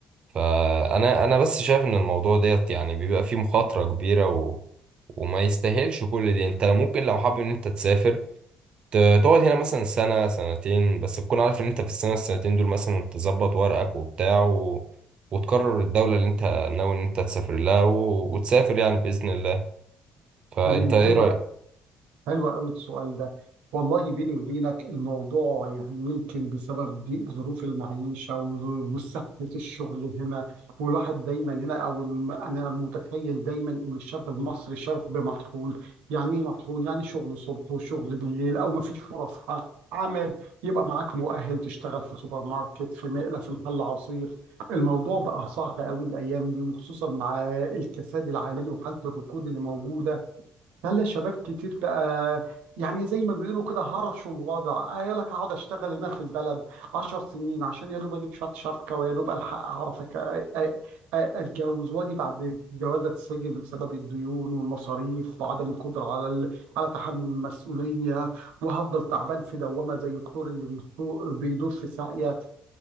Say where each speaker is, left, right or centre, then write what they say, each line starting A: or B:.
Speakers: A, on the right (about 50°); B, on the right (about 85°).
A: فأنا أنا بس شايف إن الموضوع ديت يعني بيبقى فيه مخاطرة كبيرة و... وما يستاهلش كل دي انت ممكن لو حابب ان انت تسافر ت- تقعد هنا مثلا سنة سنتين بس تكون عارف ان انت في السنة السنتين دول مثلا تظبط ورقك وبتاع و... وتقرر الدولة اللي انت ناوي ان انت تسافر لها و... وتسافر يعني بإذن الله فانت
B: تمام
A: ايه
B: حلوة
A: رأيك؟
B: أوي- حلوة قوي السؤال ده والله بيني وبينك الموضوع يعني يمكن بسبب ضيق ظروف المعيشة و- وسهلة الشغل هنا والواحد دايما هنا أو الم- أنا متخيل دايما إن الشاب المصري شاب مطحون يعني إيه مطحون؟ يعني شغل صبح وشغل بالليل أو مفيش فرص ع- عمل يبقى معاك مؤهل تشتغل في سوبر ماركت في مقلة في محل عصير الموضوع بقى صعب قوي الأيام دي وخصوصا مع الكساد العالمي وحالة الركود اللي موجودة خلى الشباب كتير بقى يعني زي ما بيقولوا كده هرشوا الوضع قال لك هقعد اشتغل هنا في البلد عشر سنين عشان يا دوب اجيب شويه شبكه ويا دوب الحق اعرف أك- أ- أ- اتجوز واجي بعد الجواز اتسجن بسبب الديون والمصاريف وعدم القدره على ال... على تحمل المسؤوليه وهفضل تعبان في دوامه زي الثور اللي بيطو- بيدور في ساقيه